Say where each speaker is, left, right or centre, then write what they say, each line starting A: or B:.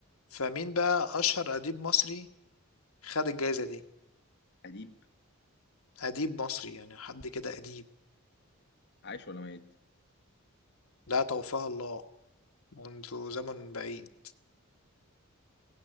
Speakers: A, on the left; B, on the left.
A: فمين بقى اشهر اديب مصري خد الجائزة دي
B: اديب
A: أديب مصري يعني حد كده أديب
B: عايش ولا ميت
A: لا توفاه الله منذ زمن بعيد